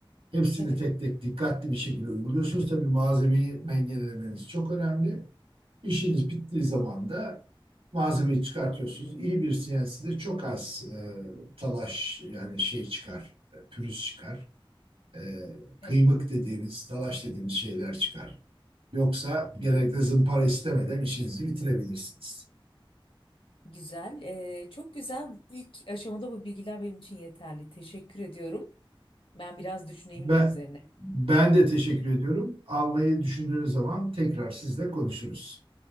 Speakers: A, on the right (about 85°); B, on the left (about 70°).
A: Hepsini
B: Evet.
A: tek tek dikkatli bir şekilde uyguluyorsunuz. Tabii malzemeyi dengelemeniz çok önemli. İşiniz bittiği zaman da malzemeyi çıkartıyorsunuz. İyi bir CNC'de çok az e, talaş yani şey çıkar, e, pürüz çıkar. E, kıymık
B: Evet.
A: dediğimiz, talaş dediğimiz şeyler çıkar. Yoksa genellikle zımpara istemeden işinizi bitirebilirsiniz.
B: Güzel. Ee, çok güzel. İlk aşamada bu bilgiler benim için yeterli. Teşekkür ediyorum. Ben biraz düşüneyim
A: Ben,
B: bunun üzerine.
A: ben de teşekkür ediyorum. Almayı düşündüğünüz zaman tekrar sizle konuşuruz.